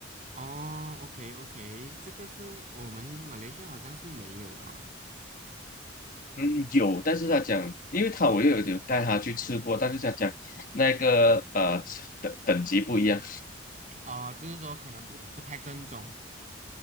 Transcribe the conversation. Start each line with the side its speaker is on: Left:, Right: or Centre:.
Right: 哦，OK OK，这个是我们马来西亚好像是没有啊，
Left: 嗯，有，但是他讲，因为他我又有有带他去吃过，但是他讲那个呃等等级不一样。
Right: 哦、就是说可能不不太正宗。